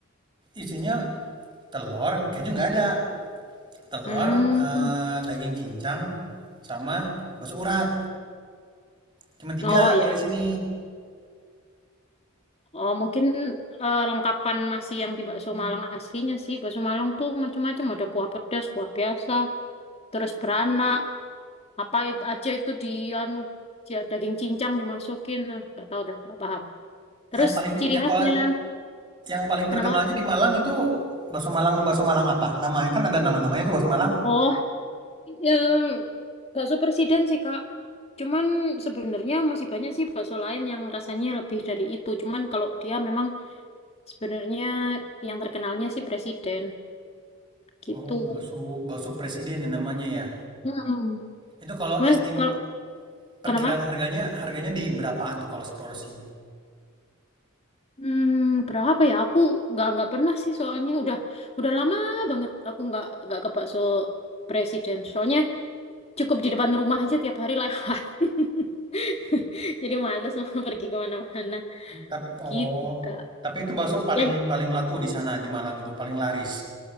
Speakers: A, on the right (about 20°); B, on the left (about 30°).
A: isinya telur, keju nggak ada. Telur,
B: Hmm.
A: eh, daging cincang, sama bakso urat. Cuma tiga
B: Oh iya,
A: kalau di
B: iya.
A: sini.
B: Oh mungkin eh, lengkapan masih yang di bakso Malang aslinya sih. Bakso Malang tuh macam-macam. Ada kuah pedas, kuah biasa, terus beranak. Apa it- aja itu di anu, j- daging cincang dimasukin. Nah, nggak tahu dah, nggak paham. Terus
A: Yang paling
B: ciri
A: ya
B: khasnya,
A: kalau Yang paling
B: kenapa
A: terkenalnya
B: Kak?
A: di Malang itu bakso Malang, bakso Malang apa? Namanya kan ada nama-namanya itu bakso Malang.
B: Oh, em, bakso presiden sih Kak. Cuman sebenarnya masih banyak sih bakso lain yang rasanya lebih dari itu. Cuman kalau dia memang sebenarnya yang terkenalnya sih presiden gitu.
A: Oh, bakso bakso presiden ya namanya ya.
B: Hmm.
A: Itu kalau
B: Cuman
A: estim
B: kalau
A: perkiraan
B: kenapa?
A: harganya harganya di berapaan tuh kalau seporsi?
B: Hmm, berapa ya? Aku nggak nggak pernah sih soalnya udah udah lama banget aku nggak nggak ke bakso presiden. Soalnya cukup di depan rumah aja tiap hari lewat. <laughs> Jadi males mau pergi kemana-mana.
A: Tap- oh,
B: Gitu, Kak.
A: tapi itu bakso paling
B: Ya,
A: paling laku di sana di Malang itu paling laris.